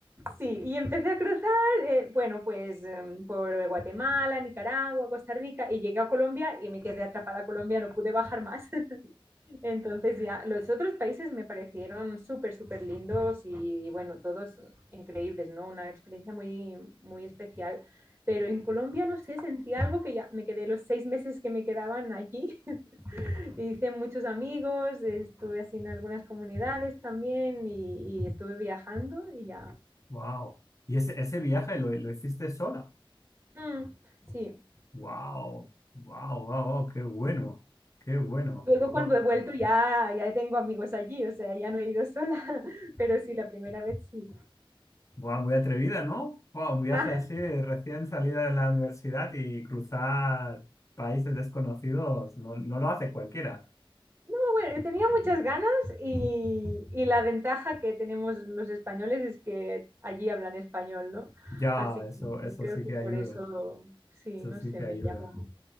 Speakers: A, on the right; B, on the left.
A: Sí, y empecé a cruzar, eh, bueno, pues em, por Guatemala, Nicaragua, Costa Rica, y llegué a Colombia y me quedé atrapada a Colombia, no pude bajar más. <laughs> Entonces ya, los otros países me parecieron súper, súper lindos y, bueno, todos increíbles, ¿no? Una experiencia muy, muy especial. Pero en Colombia, no sé, sentí algo que ya me quedé los seis meses que me quedaban allí. <laughs> Hice muchos amigos, estuve así en algunas comunidades también y, y estuve viajando y ya.
B: Wow. ¿Y ese, ese viaje lo, lo hiciste sola?
A: Mm, sí.
B: Wow. Wow, wow, wow, qué bueno. Qué bueno.
A: Luego cuando
B: Buah,
A: he vuelto ya, ya tengo amigos allí, o sea, ya no he ido sola, <laughs> pero sí, la primera vez sí.
B: buah, muy atrevida, ¿no? Buah, un viaje
A: Ah,
B: así recién salida de la universidad y cruzar países desconocidos no, no lo hace cualquiera.
A: no, bueno, tenía muchas ganas y, y la ventaja que tenemos los españoles es que allí hablan español, ¿no?
B: Ya,
A: Así
B: eso,
A: que
B: eso
A: creo
B: sí
A: que
B: que ayuda.
A: por eso, sí,
B: Eso
A: no
B: sí
A: sé,
B: que
A: me
B: ayuda.
A: llamó.